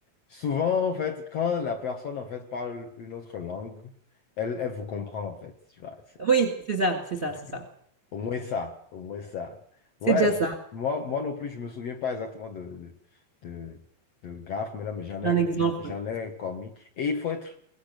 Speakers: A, on the left (about 60°); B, on the right (about 30°).
A: Souvent, en fait, quand la personne, en fait, parle une autre langue, elle, elle vous comprend, en fait, tu vois.
B: Oui, c'est ça, c'est ça,
A: Parce
B: c'est
A: que-
B: ça.
A: Au moins ça, au moins ça.
B: C'est
A: Ouais,
B: déjà ça.
A: moi, moi non plus, je me souviens pas exactement de, de, de, de graphes maintenant, mais j'en ai,
B: Un exemple.
A: j'en j'en ai commis. Et il faut être,